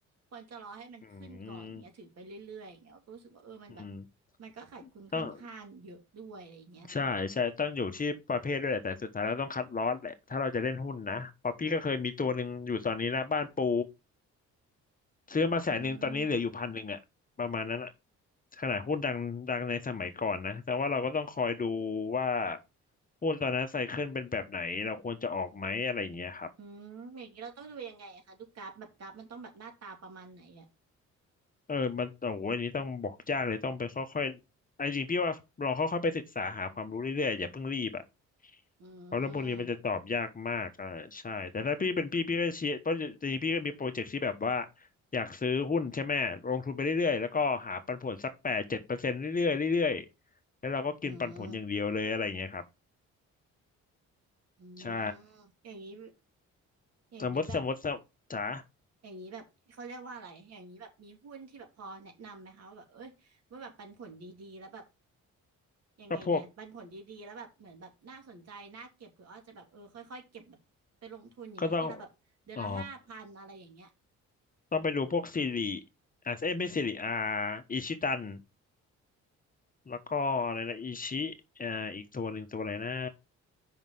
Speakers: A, on the right; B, on the left.
A: ควรจะรอให้มันขึ้นก่อนเงี้ยถือไปเรื่อยๆอย่างเงี้ยก็รู้สึกว่าเออมันแบบ
B: อืมอืม
A: มันก็ขาดทุนค่อนข้างเยอะด้วยอะไรอย่างเงี้ยค่ะ
B: ต้องใช่ใช่ต้องอยู่ที่ประเภทด้วยแหละแต่สุดท้ายแล้วต้องคัดลอตแหละถ้าเราจะเล่นหุ้นนะเพอพี่ก็เคยมีตัวหนึ่งอยู่ตอนนี้นะบ้านปู ซื้อมาแสนหนึ่งตอนนี้เหลืออยู่พันหนึ่งอะประมาณนั้นอะ
A: อืม
B: ขนาดหุ้นดังดังในสมัยก่อนนะแต่ว่าเราก็ต้องคอยดูว่าหุ้นตอนนั้นไซเคิลเป็นแบบไหนเราควรจะออกไหมอะไรอย่างเงี้ยครับ
A: อืมอย่างนี้เราต้องดูยังไงอะคะดูกราฟแบบกราฟมันต้องแบบหน้าตาประมาณไหนอ่ะ
B: เออมันโอ้โหอันนี้ต้องบอกยากเลยต้องไปค่อยๆไอ้จริงพี่ว่าลองค่อยๆไปศึกษาหาความรู้เรื่อยๆอย่าเพิ่งรีบอ่ะ
A: อืม
B: เพราะเรื่องพวกนี้มันจะตอบยากมากอ่าใช่แต่ถ้าพี่เป็นพี่พี่ก็เชียร์เพราะจริงๆพี่ก็มีโปรเจกต์ที่แบบว่าอยากซื้อหุ้นใช่ไหมลงทุนไปเรื่อยๆแล้วก็หาปันผลสักแปดเจ็ดเปอร์เซ็นต์เรื่อยๆเรื่อยๆแล้วเราก็กินปันผลอย่างเดียวเลยอะไรอย่างเงี้ยครับ
A: อืมอืม
B: ใช่
A: อย่างนี้อย่างนี้แบบ
B: สมมติสมมติสมมติจ๋า
A: อย่างนี้แบบเขาเรียกว่าอะไรอย่างนี้แบบมีหุ้นที่แบบพอแนะนำไหมคะว่าแบบเอ้ยว่าแบบปันผลดีๆแล้วแบบยังไงเดียปันผลดีๆแล้วแบบเหมือนแบบน่าสนใจน่าเก็บหรืออาจจะแบบเออค่อยๆเก็บแบบไปลงทุนอย่างเงี้ยที่เราแบบเดือนละห้าพันอะไรอย่างเงี้ย
B: ก็พวกก็ต้องอ๋อ ต้องไปดูพวกซีรีอ่ะเอ้ยไม่ซีรีอาอิชิตันแล้วก็อะไรนะอิชิอ่าอีกตัวหนึ่งตัวอะไรนะ